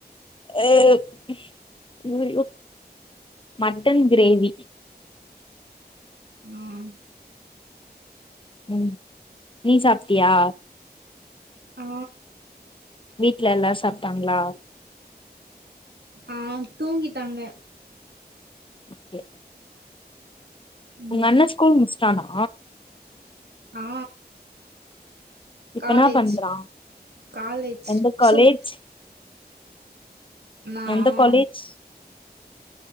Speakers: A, on the left; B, on the right.
A: ஐயையோ மட்டன் கிரேவி
B: ம்
A: ம் நீ சாப்டியா
B: ஆ
A: வீட்ல எல்லாரு சாப்டாங்களா
B: ஆ தூங்கிட்டாங்க
A: ஓகே
B: ம்
A: உங்க அண்ணே ஸ்கூல் முடிஸ்ட்டானா
B: ஆ
A: இப்ப
B: காலேஜ்
A: என்னா பண்றா
B: காலேஜ்
A: எந்த காலேஜ்
B: சும் நாம்
A: எந்த காலேஜ்